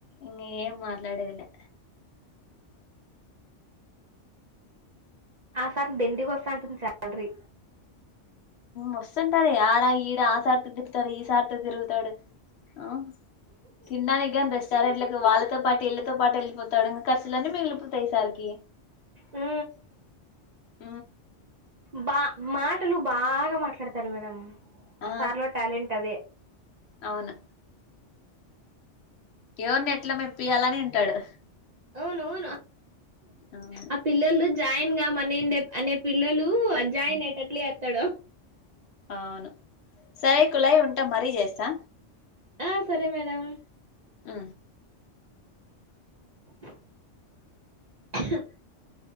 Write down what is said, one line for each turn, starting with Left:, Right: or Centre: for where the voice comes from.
Left: ఇంగ ఏం మాట్లాడేదిలే
Right: ఆ సార్ దండి గొస్తాంటది సాల్రి
Left: వస్తుంటాది ఆడ ఈడ ఆ సారితో తిప్పుతాడు ఈ సారితో తిరుగుతాడు ఆ తిన్నానికి కానీ రెస్టారెట్కి వాళ్ళతో పాటు ఇళ్ళతో పాటు వెళ్ళిపోతాడు ఖర్చులన్నీ మిగిలిపోతాయి సారికి
Right: ఆ
Left: <inaudible>
Right: బా మాటలు బాగా మాట్లాడతారు మేడం
Left: అ
Right: ఆ సార్ లో టాలెంట్ అదే
Left: ఆ అవును ఎవరి నెట్ల మెప్పియాలనింటాడు
Right: అవును అవును
Left: అవును
Right: ఆ పిల్లలు జాయిన్ గా మ నేను నె అనే పిల్లలు అ జాయిన్ అయటట్ల జేత్తాడు
Left: అవును సరే కులాయి ఉంటా మరీ చేస్తా
Right: ఆ సరే మేడమ్
Left: ఆ
Right: <inaudible> <inaudible>